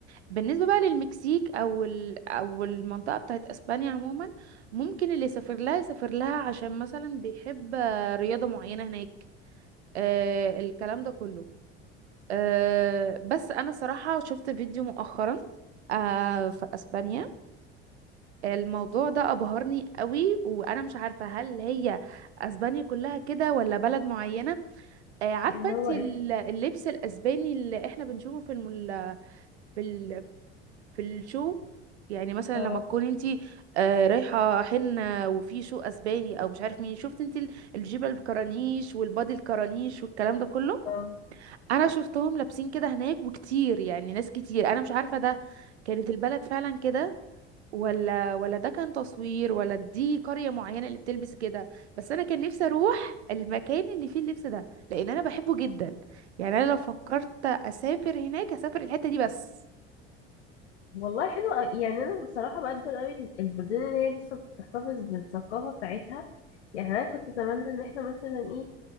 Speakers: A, on the right; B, on the left.
A: بالنسبة بقى للمكسيك او ال... او المنطقة بتاعت اسبانيا عموما ممكن اللي يسافر لها يسافر لها عشان مثلا بيحب آه، رياضة معينة هناك آه الكلام ده كله آه بس انا صراحة شفت فيديو مؤخرا آه في اسبانيا الموضوع ده ابهرني قوي وانا مش عارفة هل هي اسبانيا كلها كده ولا بلد معينة آه، عارفة
B: اللي
A: انت
B: هو
A: ال-
B: ايه
A: اللبس الأسباني اللي احنا بنشوفه في المل... في ال... في الشو يعني مثلا
B: اه
A: لما تكون انت آه، رايحة حنة وفي شو أسباني أو مش عارف مين شفت انت ال- الجيبة الكرانيش والبادي الكرانيش والكلام ده كله
B: اه
A: أنا شفتهم لابسين كده هناك وكتير يعني ناس كتير أنا مش عارفة ده كانت البلد فعلا كده ولا ولا ده كان تصوير ولا دي قرية معينة اللي بتلبس كده بس انا كان نفسي اروح المكان اللي فيه اللبس ده لان انا بحبه جدا يعني انا لو فكرت اسافر هناك اسافر الحتة دي بس
B: والله حلو أوي. يعني انا بصراحه بقدر قوي ال- البلدان اللي هي لسه بتحتفظ بالثقافه بتاعتها يعني انا كنت اتمنى ان احنا مثلا ايه